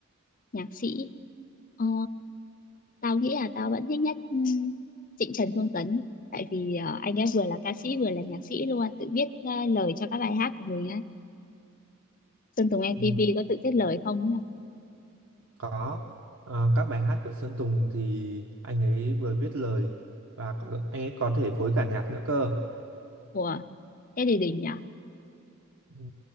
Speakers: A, on the left; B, on the right.
A: nhạc sĩ. Ờ, tao nghĩ là tao vẫn thích nhất ừm, Trịnh Trần Phương Tấn. Tại vì ờ, anh ấy vừa là ca sĩ vừa là nhạc sĩ luôn, tự viết ờ, lời cho các bài hát của mình á. Sơn Tùng MTP
B: ừ,
A: có tự viết lời không nhỉ?
B: có Ờ, các bài hát của Sơn Tùng thì anh ấy vừa viết lời và có, anh ấy có thể phối cả nhạc nữa cơ
A: Ủa, thế thì đỉnh nhỉ?
B: Ừ.